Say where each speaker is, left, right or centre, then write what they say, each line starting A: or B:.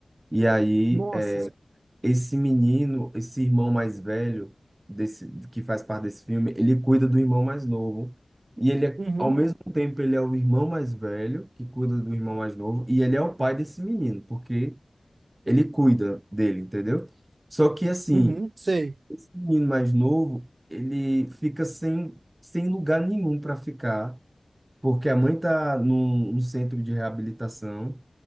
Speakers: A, on the right; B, on the right.
A: E aí,
B: Nossa,
A: é,
B: senhora.
A: esse menino, esse irmão mais velho desse, que faz parte desse filme, ele cuida do irmão mais novo. E ele, é-
B: uhum,
A: ao mesmo tempo, ele é o irmão mais velho que cuida do irmão mais novo. E ele é o pai desse menino, porque ele cuida dele, entendeu? Só que assim.
B: uhum, sei.
A: Esse menino mais novo, ele fica sem, sem lugar nenhum para ficar, porque a mãe tá num, num centro de reabilitação